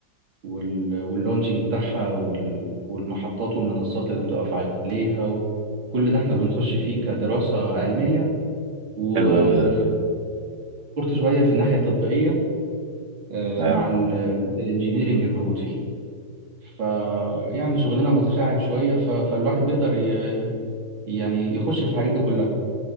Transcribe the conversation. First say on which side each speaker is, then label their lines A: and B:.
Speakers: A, on the right (about 80°); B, on the right (about 40°).
A: وال- واللونشنج بتاعها وال- والمحطات والمنصات اللي بتقف عليها و- كل ده احنا بنخش فيه كدراسة علمية وبنسبورت
B: حلو أوي ده
A: شوية في الناحية التطبيقية آه،
B: تمام
A: مع ال- الجزء الانجينيرينج الموجود فيه ف يعني شغلنا متشعب شوية ف... فالواحد بيقدر ي... يعني يخش في الحاجات دي كلها